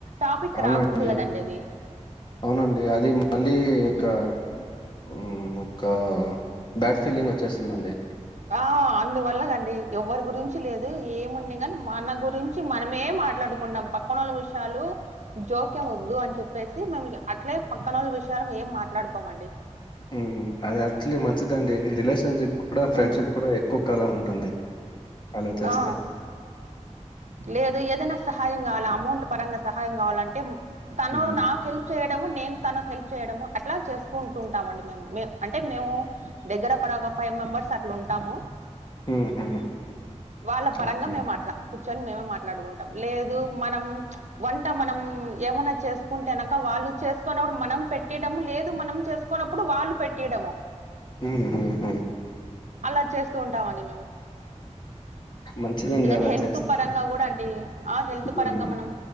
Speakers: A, on the right; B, on the left.
A: టాపిక్
B: అవునండి.
A: రాకూడదు కదండి అది
B: అవునండి అది మళ్ళీ ఇకా
A: హ్మ్.
B: మ్ ఒక్క బ్యాడ్ ఫీలింగ్ వచ్చేస్తుందండి.
A: ఆ అందువల్లగండి ఎవ్వరి గురించి లేదు ఏమున్న గని మన గురించి మనమే మాట్లాడుకున్నాం పక్కనోళ్ళ విషయాలు జోక్యం వద్దు అని చెప్పేసి మేము ఇగ అట్లే పక్కనోళ్ళ విషయలు ఏం మాట్లాడుకోమండి.
B: ఉహు అది యాక్చులీ మంచిదండి రిలేషన్షిప్ కూడ ఫ్రెండ్షిప్
A: హ్మ్.
B: కూడ ఎక్కువ కాలం ఉంటుంది. అల చేస్తే
A: ఆ! లేదు ఏదైనా సహాయం కావాలా అమౌంట్ పరంగా సహాయం కావాలంటే తను
B: హ్మ్.
A: నా హెల్ప్ చేయడము నేను తనకు హెల్ప్ చేయడము అట్లా చేసుకుంటు ఉంటామండి మే మేము అంటే మేవు దగ్గర అక్కడ ఒక ఫైవ్ మెంబర్స్ అట్ల ఉంటాము
B: హుహు.
A: వాళ్ళ పరంగా
B: ఓకే.
A: మేము మాట్ల కూర్చొని మేమే మాట్లాడుకుంటాం లేదు మనం వంట మనం ఏమన్న చేసుకుంటేనక్క వాళ్ళు చేసుకునప్పుడు మనం పెట్టిడం లేదు మనం చేసుక్ కొన్నప్పుడు వాళ్ళు పెట్టి ఈయడము
B: ఉహు హు
A: అలా చేస్తూ ఉంటామండి మేము
B: మంచిదండి
A: ఏదైన
B: అలా
A: హెల్త్
B: చేస్తే.
A: పరంగ కూడ అం డి ఆ హెల్త్
B: హ్మ్.
A: పరంగా మనం